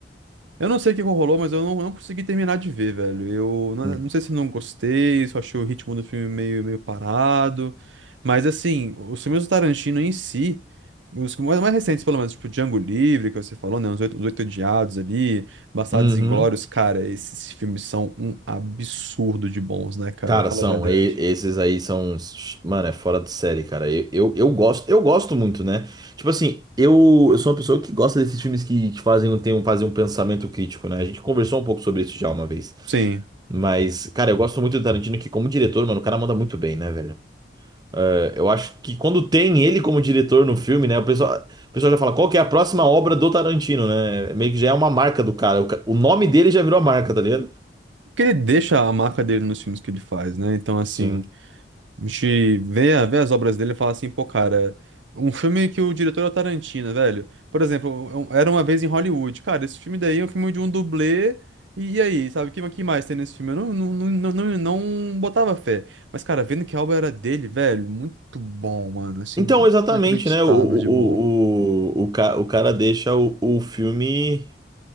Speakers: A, on the right; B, on the right.
A: Eu não sei o que rolou, mas eu não, não consegui terminar de ver, velho. Eu não,
B: <laughs>
A: não sei se eu não gostei, se eu achei o ritmo do filme meio, meio parado. Mas, assim, os filmes do Tarantino em si, os que- mais mais recentes, pelo menos, tipo Django Livre, que você falou, né? Os Oito, os Oito Odiados ali, Bastardos
B: Uhum.
A: Inglórios, cara, esses filmes são um absurdo de bons, né, cara?
B: Cara,
A: Fala
B: são,
A: a verdade.
B: e- esses aí são, uns- mano, é fora de série, cara. Eu, eu, eu gosto, eu gosto muito, né? Tipo assim, eu, eu sou uma pessoa que gosta desses filmes que te fazem um, tem um, fazem um pensamento crítico, né? A gente conversou um pouco sobre isso já uma vez.
A: Sim.
B: Mas, cara, eu gosto muito do Tarantino, que como diretor, mano, o cara manda muito bem, né, velho? É, Eu acho que quando tem ele como diretor no filme, né, o pessoal, o pessoal já fala, qual que é a próxima obra do Tarantino, né? Meio que já é uma marca do cara. O, ca- o nome dele já virou a marca, tá ligado?
A: Porque ele deixa a marca dele nos filmes que ele faz, né? Então, assim.
B: Sim.
A: A gente vê, a- vê as obras dele e fala assim, pô, cara, um filme que o diretor é o Tarantino, velho. Por exemplo, um- um, Era Uma Vez em Hollywood. Cara, esse filme daí é um filme de um dublê. E, e aí, sabe, o que, que mais tem nesse filme? Eu não, não, não, não, não não botava fé. Mas, cara, vendo que a obra era dele, velho, muito bom, mano. Assim,
B: Então, exatamente,
A: inacreditável
B: né? O, o,
A: de bom.
B: o, o, ca- o cara deixa o, o filme.